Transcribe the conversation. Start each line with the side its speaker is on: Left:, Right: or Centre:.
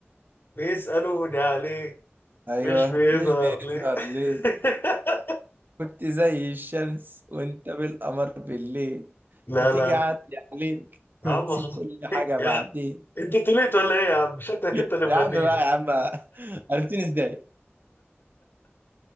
Left: بيسألوني عليه
Right: ايوه
Left: مش بيظهر
Right: مش بيظهر
Left: ليه
Right: ليه
Left: <laughs>
Right: كنت زي الشمس وانت بالقمر بالليل
Left: لا
Right: ما تيجي
Left: لا لا
Right: اعدي عليك <laughs>
Left: يا
Right: ونسيب
Left: عم خلاص.
Right: كل حاجه
Left: يا
Right: بعدين
Left: انت طلعت ولا ايه يا عم شكلك انت
Right: يا
Left: اللي مغنيه
Right: عم بقى يا عم <laughs> عرفتني ازاي